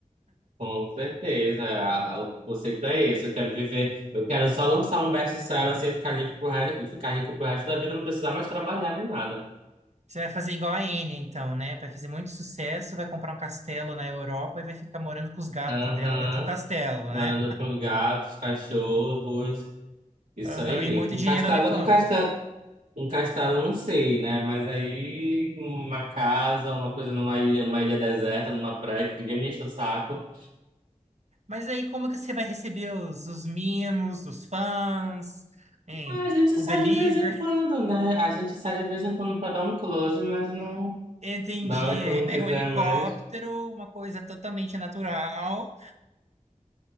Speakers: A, on the right (about 75°); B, on the right (about 60°).
A: Com certeza, a- o conceito é esse. Eu quero viver, eu quero só lançar um best-seller assim, ficar livre pro resto, ficar rico pro resto da vida, não precisar mais trabalhar nem nada.
B: Você vai fazer igual a Anne, então, né? Vai fazer muito sucesso, vai comprar um castelo na Europa e vai ficar morando com os gatos
A: Aham,
B: dela dentro do castelo,
A: Morando
B: né?
A: com os gatos, cachorros, isso
B: Aham,
A: aí.
B: e muito
A: Um
B: dinheiro
A: castelo,
B: na conta.
A: um castelo, um castelo, não sei, né? Mas aí uma casa, uma coisa numa ilha, numa ilha deserta, numa praia, que ninguém me enche o saco.
B: Mas aí, como que você vai receber os, os mimos dos fãs, hein?
A: Ah, a gente
B: O
A: sai
B: deliver?
A: de vez em quando, né? A gente sai de vez em quando pra dar um close, mas não,
B: <laughs> Entendi.
A: na hora que
B: Aí
A: eu não
B: pega
A: quiser
B: o helicóptero,
A: mais.
B: uma coisa totalmente natural,